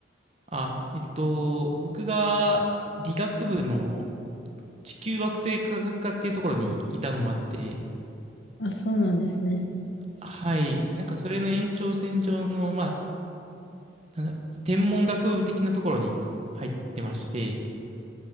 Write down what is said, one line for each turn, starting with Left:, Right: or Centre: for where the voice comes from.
Right: あ、えっと、僕が理学部の地球惑星科学科っていうところにいたのもあって、
Left: あ、そうなんですね。
Right: はい、なんかそれの延長線上の、まあ、なんだ、天文学部的なところに入ってまして、